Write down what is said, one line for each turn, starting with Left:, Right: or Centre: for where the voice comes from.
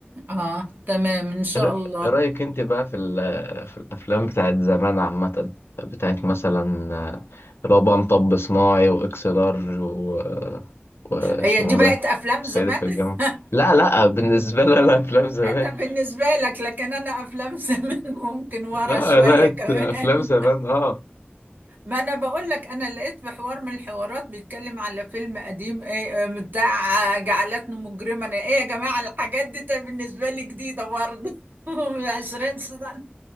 Right: آه تمام إن شاء
Left: إيه رأ-
Right: الله
Left: إيه رأيك انت بقى في ال- في الافلام بتاعت زمان عامة بتاعت مثلا آه، اللي هو بقى مطب صناعي واكس لارج و... واسمه
Right: هي دي بقت
Left: ده
Right: افلام
Left: الصعيدي
Right: زمان
Left: في الجامعة
Right: <laughs>
Left: لا لا بالنسبة لي انا افلام زمان
Right: انت بالنسبه لك لكن انا افلام زمان <laughs> ممكن ورا
Left: لا
Right: شويه
Left: لا
Right: كمان
Left: افلام زمان اه
Right: ما انا بقول لك انا لقيت في حوار من الحوارات بيتكلم على فيلم قديم ايه آه، بتاع جعلتني مجرما ايه يا جماعه الحاجات دي طيب بالنسبه لي جديده برضه <laughs> من 20 سنه